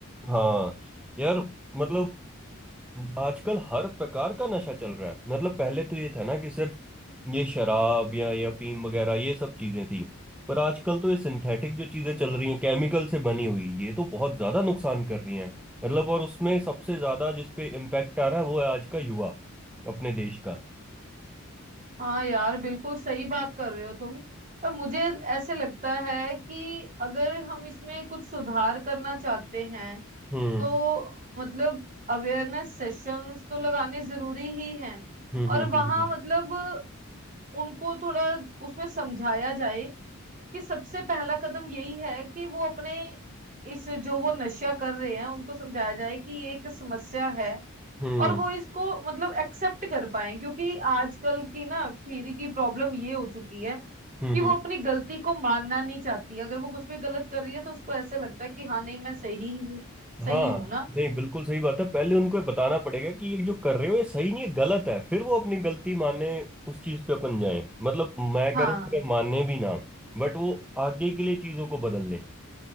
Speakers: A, in the centre; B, on the right.
A: हाँ यार मतलब आजकल हर प्रकार का नशा चल रहा है मतलब पहले तो ये था ना कि सिर्फ ये शराब या या अफीम वगैरह ये सब चीजें थी पर आजकल तो ये सिंथेटिक जो चीजें चल रही हैं केमिकल से बनी हुई ये तो बहुत ज्यादा नुकसान कर रही हैं मतलब और उसमें सबसे ज्यादा जिस पे इम्पैक्ट आ रहा है वो है आज का युवा अपने देश का
B: हाँ यार बिल्कुल सही बात कर रहे हो तुम पर मुझे ऐसे लगता है कि अगर हम इसमें कुछ सुधार करना चाहते हैं
A: हम्म
B: तो मतलब अवेयरनेस सेशंस तो लगाने जरूरी ही हैं
A: हम्म
B: और
A: हम्म
B: वहाँ
A: हम्म
B: मतलब उनको थोड़ा उसमें समझाया जाए कि सबसे पहला कदम यही है कि वो अपने इस जो वो नशा कर रहे हैं उनको समझाया जाए कि ये एक समस्या है
A: हम्म
B: और
A: हम्म
B: वो इसको मतलब एक्सेप्ट कर पाए क्योंकि आजकल की ना पीढ़ी की प्रॉब्लम ये हो चुकी है
A: हम्म,
B: कि वो
A: हम्म,
B: अपनी गलती को मानना नहीं चाहती अगर वो कुछ भी गलत कर रही है तो उसको ऐसे लगता है कि हाँ नहीं मैं सही ही हूँ सही
A: हाँ
B: हूँ ना
A: नहीं बिल्कुल सही बात है पहले उनको ये बताना पड़ेगा कि ये जो कर रहे हो ये सही नहीं है गलत है फिर वो अपनी गलती माने उस चीज पे अपन जाए मतलब मैं
B: हाँ
A: कह रहा हूँ अगर माने भी ना बट वो आगे के लिए चीजों को बदल ले